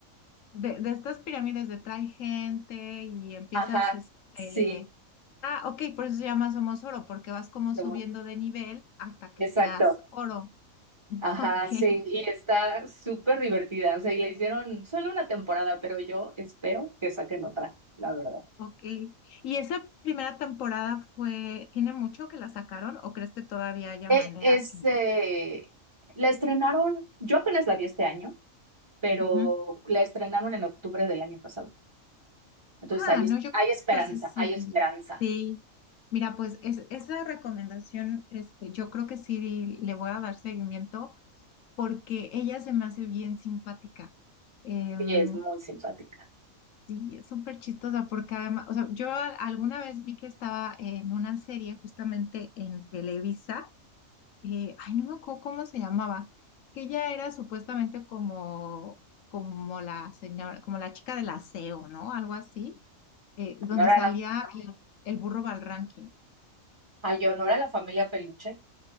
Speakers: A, on the left (about 70°); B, on the right (about 20°).
A: de, de estas pirámides de trae gente y empiezas,
B: Ajá,
A: este,
B: sí,
A: ah, ok, por eso se llama Somos Oro, porque vas como
B: lo-
A: subiendo de nivel hasta que
B: exacto.
A: seas oro. <laughs>
B: Ajá,
A: Ok,
B: sí,
A: ok.
B: y está súper divertida. O sea, y le hicieron solo una temporada, pero yo espero que saquen otra, la verdad.
A: ok. ¿Y esa primera temporada fue, tiene mucho que la sacaron o crees que todavía haya
B: Eh,
A: manera
B: es,
A: que...
B: eh, la estrenaron, yo apenas la vi este año, pero
A: Ujú.
B: la estrenaron en octubre del año pasado. Entonces
A: Ah,
B: hay, es-
A: no, yo
B: hay
A: creo
B: esperanza,
A: que entonces sí,
B: hay esperanza.
A: sí. Mira, pues es, esa recomendación, este, yo creo que sí le voy a dar seguimiento porque ella se me hace bien simpática. Em,
B: Sí, es muy simpática.
A: sí, es súper chistosa porque además, o sea, yo a- alguna vez vi que estaba en una serie justamente en Televisa, eh, ay, no me acuerdo cómo se llamaba, que ella era supuestamente como, como la señora, como la chica del aseo, ¿no? Algo así eh, donde
B: Honor
A: salía
B: a la,
A: el, el burro Valranking.
B: ay, honor a la familia Peluche.